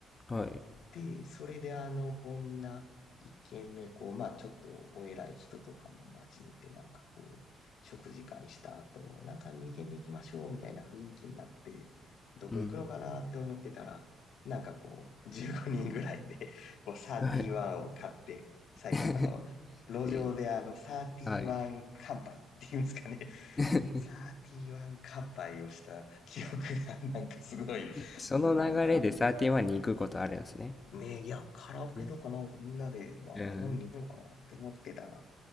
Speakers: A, on the left; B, on the left.
A: はい。
B: で、それであの、こうみんな一軒目、こう、まあちょっとお偉い人とかも交えて、なんかこう、食事会した後、なんか二軒目行きましょうみたいな雰囲気になって、どこ行くのかなって思ってたら、
A: うん。
B: なんかこう、15人ぐらいで、<laughs> こう、31を買って、
A: <laughs> はい。
B: 最後あの、
A: <laughs>
B: 路上であの、
A: えー
B: 31乾杯っていうんですかね、
A: はい。<laughs>
B: 31乾杯をした記憶が、なんかすごい、
A: その流れでサーティワンに行くことあるんですね。
B: それがねえ、いや、カラオケとかなんかみんなで、
A: え
B: まあ、
A: うん。
B: 飲みに行こうかなって思ってたら、